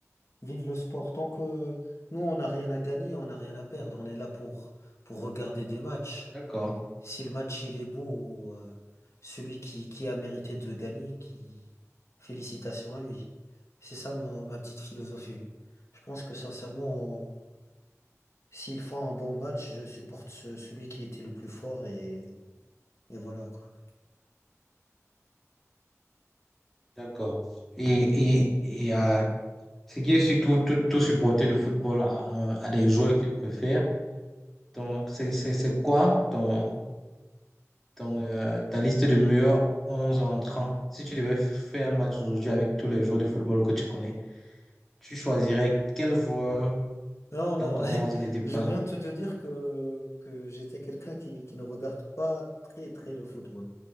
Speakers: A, on the left; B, in the centre.
A: Vive le sport. Tant que nous, on n'a rien à gagner, on n'a rien à perdre. On est là pour, pour regarder des matchs.
B: D'accord,
A: Si le match il est beau, euh, celui qui, qui a mérité de gagner, qui félicitations à lui. C'est ça mon, ma petite philosophie. Je pense que sincèrement, s'ils font un bon match, je supporte ce- celui qui était le plus fort et, et voilà quoi.
B: d'accord. Et, et, et euh, ce qui est surtout tout, tout supporter de football à, à des joueurs qu'ils préfèrent. Donc, c'est c'est- c'est quoi ton, dans euh, ta liste de meilleurs 11 entrants, si tu devais faire un match aujourd'hui avec tous les joueurs de football que tu connais, tu choisirais quel joueur
A: Non, non,
B: dans ton
A: <laughs>
B: 11 de départ?
A: je viens de te dire que, que j'étais quelqu'un qui, qui ne regarde pas très très le football.